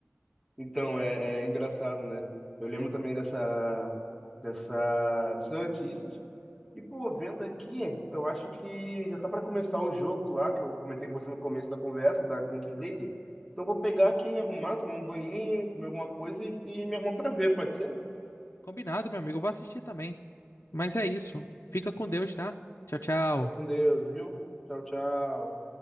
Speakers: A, in the centre; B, on the left (about 90°).
A: Então é, é engraçado, né? Eu lembro também dessa dessa dessas notícias. E, pô, vendo aqui, eu acho que já tá pra começar o jogo lá, que eu comentei com você no começo da conversa, da Kings League. Então, eu vou pegar aqui, me arrumar, tomar um banhinho, comer alguma coisa e, e me arrumar pra ver, pode ser?
B: Combinado, meu amigo. Eu vou assistir também. Mas é isso. Fica com Deus, tá? Tchau, tchau.
A: Fica com Deus, viu? Tchau, tchau.